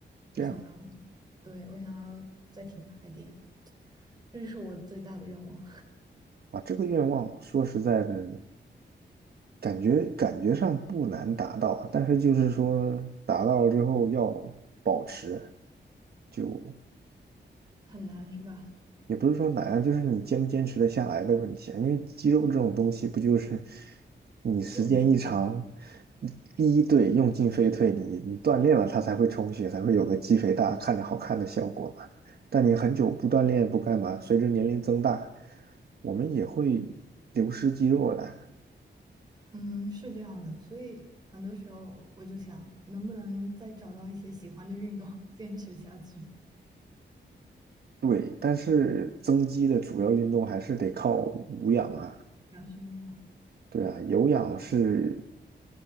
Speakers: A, on the right; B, on the right.
A: 这样
B: 我想，对，我想要再挺拔一点，这是我最大的愿望，
A: 啊，这个愿望说实在的，感觉感觉上不难达到，但是就是说达到了之后要保持，就
B: <laughs> 很难是吧？
A: 也不是说难啊，就是你坚不坚持的下来的问题啊。因为肌肉这种东西，不就是你时间一长，
B: 用尽。
A: 第一对用进废退，你你锻炼了，它才会充血，才会有个肌肥大、看着好看的效果嘛。但你很久不锻炼不干嘛，随着年龄增大，我们也会流失肌肉的啊。
B: 嗯，是这样的，所以很多时候我就想，能不能再找到一些喜欢的运动，<laughs> 坚持下去，
A: 对，但是增肌的主要运动还是得靠无氧啊。
B: 要训练。
A: 对啊，
B: 对，
A: 有氧是